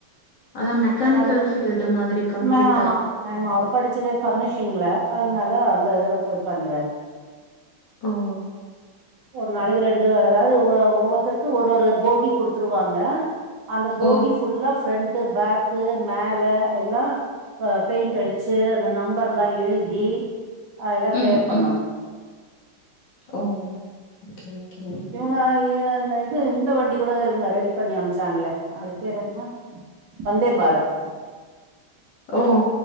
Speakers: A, on the left; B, on the right.
A: அதான் மெக்கானிக்கல்
B: யா அது
A: ஃபீல்டு மாதிரி கம்ப்ளீட்டா.
B: மே ஆமா ஆமா அவர் படிச்சதே ஃபர்னிஷிங்ல அத்னால அந்த இதுல போய் பண்றார்
A: ஓஹோ
B: ஒரு நாளைக்கு ரெண்டு அதாவது உவ ஒவ்வொத்தர்க்கு ஒர் ஒரு போகி குடுத்துருவாங்க அந்த போகி
A: ஓ!
B: ஃபுல்லா ஃபிரண்ட்டு பேக் க்கு மேல எல்லா பெயிண்ட் அடிச்சு அந்த நம்பர் எல்லா எழுதி எல்லா கிளியர்
A: ம்
B: பண்ணணு
A: ம் ஓ ஓகே ஓகேங்க
B: இவுங்க இது இந்த வண்டி கூட இவுங்க ரெடி பண்ணி அனுப்ச்சாங்ளே அது பேர் என்ன வந்தே பாரத்
A: ஓ